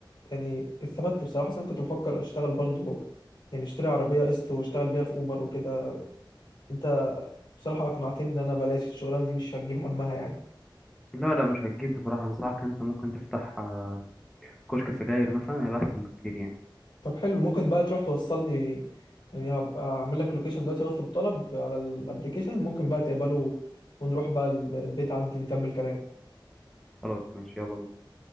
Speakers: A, on the left; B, in the centre.
A: يعني استفدت بصراحة أصل انا كنت بفكر اشتغل برضو يعني اشتري عربية قسط واشتغل بيها في اوبر وكده انت بصراحة اقنعتني ان انا بلاش الشغلانة دي مش هتجيب همها يعني
B: لا لا مش هتجيب بصراحه انصحك انت ممكن تفتح آه، كشك سجاير مثلا هيبقى احسن بكتير يعني
A: طب حلو ممكن بقى تروح توصلني يعني هبقى اعمل لك لوكيشن دلوقتي واطلب طلب على الابليكيشن ممكن بقى تقبله ونروح بقى ال- البيت عندي نكمل كلام
B: خلاص ماشي يلا بينا